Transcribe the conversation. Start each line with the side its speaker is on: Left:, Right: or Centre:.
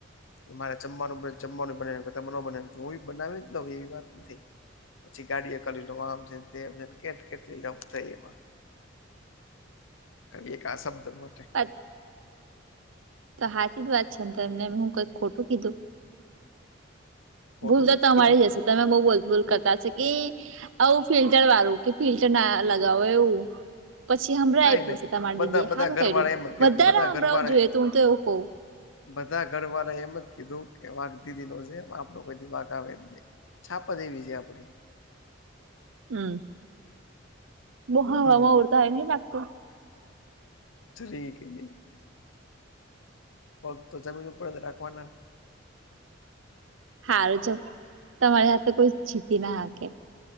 Left: એ મારે જમવાનું જમવાનું બને બને હું બ બનાવી જ લઉ એવી વાત નથી. પછી ગાડીએ કરી લો આમ છેને તેમ છેને કે કેટલી લફ થઈ એમાં. કરીએ એક આ શબ્દ માટે
Right: પચ તો હાચ જ વાત છે ને તો એમને હું કઈક ખોટું કીધું.
Left: ખોટું
Right: ભૂલ તો
Left: નથી
Right: તમારી
Left: કીધું
Right: જ હશે તમે બઉુલ ભૂલ કરતા છે કે આવું ફિલ્ટર વાળું કે ફિલ્ટર ના લગાવો એવું. પછી હમળં
Left: કાઈ
Right: ફશે
Left: નહી
Right: તમારી
Left: બધા
Right: દીદી
Left: બધા
Right: સારું
Left: ઘરવાળા
Right: કર્યું
Left: એમ જ કીધું
Right: વધારે
Left: બધા
Right: હમળં
Left: ઘરવાળા
Right: જોઈએું હું તો એવું કઉ.
Left: બધા ઘર વાળા એમ જ કીધું કે વાઘ દીદી નો છે આપણો કોઈ દી વાઘ આવે જ નહી છાપા દેવી છે આપડી
Right: હમ બહા હવામાં
Left: હમ
Right: ઉડતા હ નહ લાગત.
Left: જ કે નહી પગ તો જમીન ઉપર જ રાખવાના.
Right: હારુંજ તમારી હાથે કોઈ જીતી ના હાકે